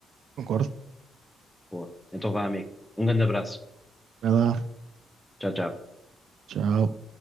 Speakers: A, on the right (about 70°); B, in the centre.
A: Concordo.
B: Boa. Então vá, amigo. Um grande abraço.
A: Vai lá.
B: Tchau, tchau.
A: Tchau.